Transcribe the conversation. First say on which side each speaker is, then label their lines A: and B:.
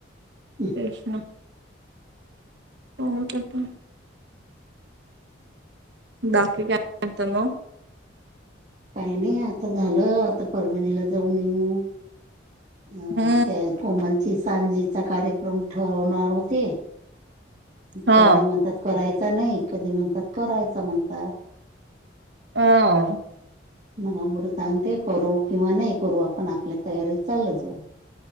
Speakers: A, on the right (about 40°); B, on the right (about 65°).
A: हम्म.
B: <unintelligible> बाकी काय करतं म?
A: काही नाही आता झालं आता परभणीला जाऊन येऊ. अ
B: हम्म
A: ते कोमलची सांजीचा कार्यक्रम ठवणार होते
B: हा
A: कधी म्हणतात करायचा नाही कधी म्हणतात करायचा म्हणतात.
B: आ
A: मग अमृतांंते करू किंवा नाही करू आपण आपल्या तयारीत चाल जाऊ